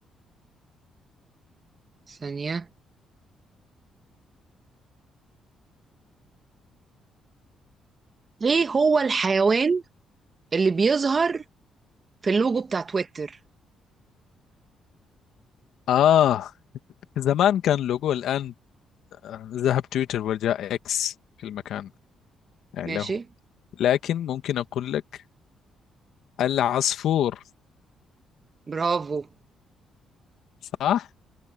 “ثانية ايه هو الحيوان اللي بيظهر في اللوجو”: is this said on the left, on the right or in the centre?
Right